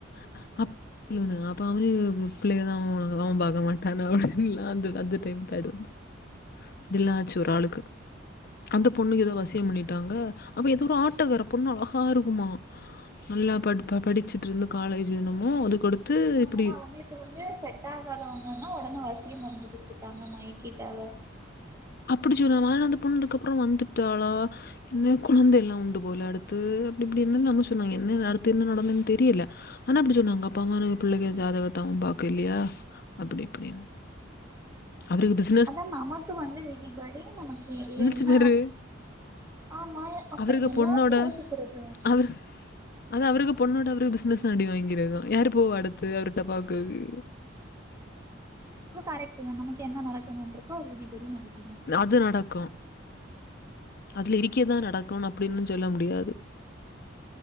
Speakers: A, on the left (about 50°); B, on the right (about 15°).
A: <unintelligible> இப்ப அவனு பிள்ளைய தா அவ வளக் அவன் பாக்க மாட்டானு அப்டின்லா வந்து அந்த டைம் <unintelligible> அப்படில்லாம் ஆச்சு ஒரு ஆளுக்கு அந்த பொண்ணுக்கு ஏதோ வசியம் பண்ணிட்டாங்க அப்ப ஏதோ ஒரு ஆட்டக்கார பொண்ணு அழகா இருக்குமா நல்லா ப படிச்சுட்டு இருந்து காலேஜ் என்னமோ அதுக்கடுத்து இப்படி
B: ஆனா அவங்களுக்கு வந்து செட் ஆகாதவங்கன்னா உடனே வசிய மருந்து கொடுத்துட்டாங்க மயக்கிட்டாவ
A: அப்படி சொன்னாவ அந்த பொண்ணு அதுக்கு அப்பறம் வந்துட்டாளா என்ன கொழந்த எல்லாம் உண்டு போல அடுத்து அப்டி இப்டி என்ன நம்ம சொன்னாங்க என்ன அடுத்து என்ன நடந்ததுன்னு தெரியல ஆனா அப்படி சொன்னாங்க அப்பாவ பிள்ளைக ஜாதகத்த அவன் பாக்க இல்லையா அப்டி இப்டின்னு அவருக்கு பிஸ்
B: அதான் நமக்கு வந்து விதிபடி நமக்கு
A: நெனச்சு
B: என்ன
A: பாரு
B: ஆமா அப்
A: அவருக்கு
B: எல்லாருக்கும்
A: பொண்ணோட
B: யோசிக்கிறது தானே
A: அவரு அது அவருக்கு பொண்ணோட அவரு பிசினஸ்ம் அடி வாங்கிருக்கும் யாரு போவா அடுத்து அவர்கிட்ட பாக்குறதுக்கு
B: கரக்ட் தான் நமக்கு என்ன நடக்கணும்ன்டிருக்கோ அது விதிபடி நடக்கும்
A: அது நடக்கும் அதுல இரிக்கதான் நடக்கும்ணு அப்டின்னும் சொல்ல முடியாது